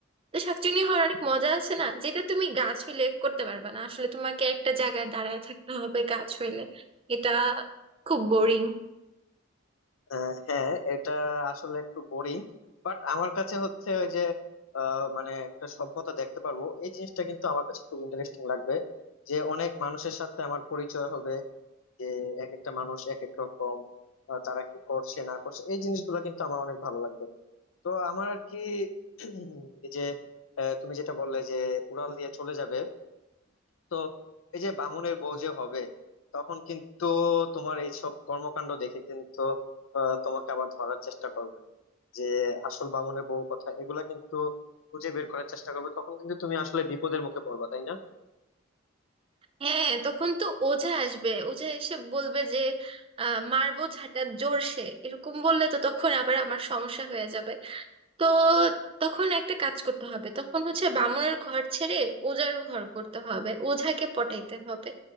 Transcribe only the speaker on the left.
আহ, হ্যাঁ এটা আসলে একটু বোরিং বাট আমার কাছে হচ্ছে ওই যে আহ, মানে একটা সভ্যতা দেখতে পারবো এই জিনিসটা কিন্তু আমার কাছে খুব ইন্টারেস্টিং লাগবে যে অনেক মানুষের সাথে আমার পরিচয় হবে যে এক একটা মানুষ এক এক রকম আহ, তারা কি করছে না করছে এই জিনিসগুলো কিন্তু আমার অনেক ভালো লাগবে তো আমার আর কি <clears throat> এই যে আহ, তুমি যেটা বললে যে উড়াল দিয়ে চলে যাবে তো এই যে বামুনের বউ যে হবে তখন কিন্তু তোমার এইসব কর্মকাণ্ড দেখে কিন্তু আহ, তোমাকে আবার ধরার চেষ্টা করবে যে আসল বামুনের বউ কথা এগুলা কিন্তু খুঁজে বের করার চেষ্টা করবে তখন কিন্তু তুমি আসলে বিপদের মুখে পড়বা তাই না